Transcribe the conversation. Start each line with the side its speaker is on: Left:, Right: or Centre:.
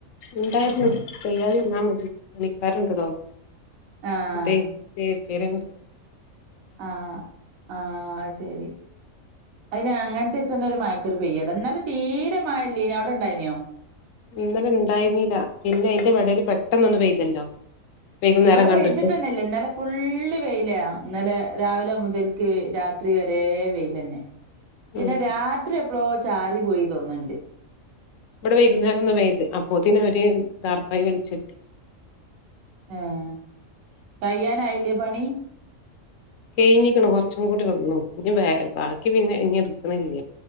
Left: ഇണ്ടായിര്ന്നു പെയ്യാതിരുന്നാമതി പണിക്കാര് ഉണ്ടെടോ
Right: ആഹ്
Left: അതേ <unintelligible>
Right: ആഹ്, ആഹ് ശെരി അയ്ന് അങ്ങൻത്തെദിസംന്നെ ഒരു മയക്കൊരു പെയ്യലഇന്നലെ തീരെ മഴല്ലെനു ഔടെണ്ടായ്നോ?
Left: ഇന്നെലെ ഇണ്ടായിരുന്നില പിന്നെ അയ്ന്റെ വടേല് പെട്ടെന്നൊന്ന് പെയ്തല്ലോ? വൈകുന്നേരം
Right: ഇവടെ
Left: കണ്ടിട്ട്
Right: പെയ്തിട്ടെന്നല്ല ഇന്നെലെ ഫുള്ള് വെയില ഇന്നലെ രാവിലെ മുതൽക്ക് രാത്രി വെരെ വെയ്ലെന്നെ. പിന്നെ
Left: ഉം
Right: രാത്രി എപ്പളോ ചാറിപോയി തോന്ന്ണ്ട്.
Left: ഇവടെ വെയ്കുന്നേരംഒന്ന്പെയ്യ്ത് അപ്പോത്തിനൊര് ദാർപ്പായി വെലിചെട്ടി.
Right: ആഹ് കയ്യാനായില്ലേ പണി?
Left: കെയ്ഞ്ക്ക്ണ് കൊർച്ചും കൂട ഒള്ളു ഇനി ബാക്കി പിന്നെ ഇഞ്ഞി ഇട്ക്ക്ണില്ല